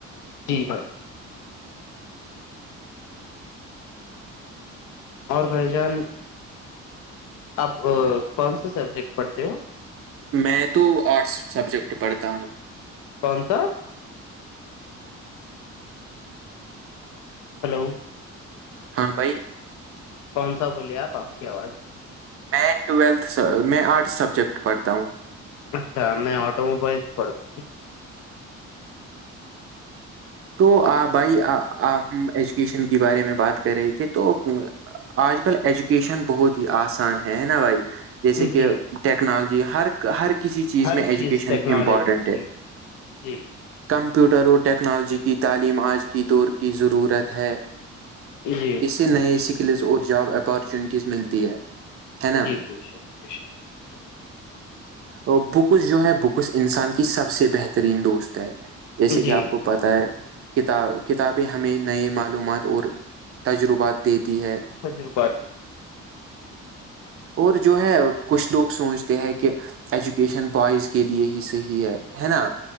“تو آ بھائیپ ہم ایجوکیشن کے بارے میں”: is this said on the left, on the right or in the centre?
Right